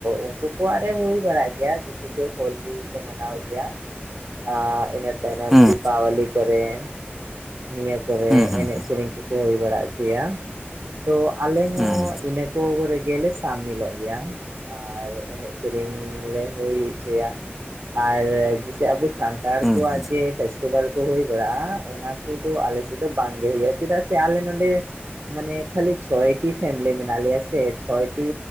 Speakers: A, on the right (about 65°); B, in the centre.
A: ᱩᱱᱠᱩ ᱠᱚᱣᱟᱜ ᱨᱮ ᱦᱩᱭ ᱵᱟᱲᱟᱜ ᱜᱮᱭᱟ ᱡᱮᱥᱮ ᱠᱤ ᱦᱳᱞᱤ ᱠᱤ ᱠᱚ ᱢᱟᱱᱟᱣ ᱜᱮᱭᱟ ᱾ ᱟᱨ ᱤᱱᱟᱹ ᱛᱟᱭᱱᱚᱢ
B: ᱦᱩᱸ
A: ᱫᱤᱯᱟᱵᱟᱞᱤ ᱠᱚᱨᱮ ᱾ ᱱᱤᱭᱟᱹ ᱠᱚᱨᱮ
B: ᱦᱩᱸ ᱦᱩᱸ
A: ᱮᱱᱮᱡ ᱥᱮᱨᱮᱧ ᱠᱚᱠᱚ ᱦᱩᱭ ᱵᱟᱲᱟ ᱚᱪᱚᱭᱟ ᱾ ᱛᱚ ᱟᱞᱮ ᱦᱚᱸ
B: ᱦᱩᱸ
A: ᱤᱱᱟᱹ ᱠᱚ ᱨᱮᱜᱮ ᱞᱮ ᱥᱟᱢᱤᱞᱚᱜ ᱜᱮᱭᱟ ᱾ ᱟᱨ ᱮᱱᱮᱡ ᱥᱮᱨᱮᱧ ᱞᱮ ᱦᱩᱭ ᱚᱪᱚᱭᱟ᱾ ᱟᱨ ᱵᱤᱥᱤ ᱟᱵᱚ ᱥᱟᱱᱛᱟᱲ
B: ᱦᱩᱸ
A: ᱠᱚᱣᱟᱜ
B: ᱦᱩᱸ
A: ᱡᱮ ᱯᱷᱮᱥᱴᱤᱵᱮᱞ ᱠᱚ ᱦᱩᱭ ᱵᱟᱲᱟᱜᱼᱟ ᱚᱱᱟ ᱠᱩ ᱫᱚ ᱟᱞᱮ ᱥᱮᱫ ᱫᱚ ᱵᱟᱝᱜᱮ ᱦᱩᱭᱩᱜᱼᱟ ᱪᱮᱫᱟᱜ ᱥᱮ ᱟᱞᱮ ᱱᱚᱰᱮ ᱢᱟᱱᱮ ᱠᱷᱟᱹᱞᱤ ᱪᱷᱚᱭ ᱴᱤ ᱯᱷᱮᱢᱮᱞᱤ ᱢᱮᱱᱟᱜ ᱞᱮᱭᱟ ᱥᱮ ᱪᱷᱚᱭ ᱴᱤ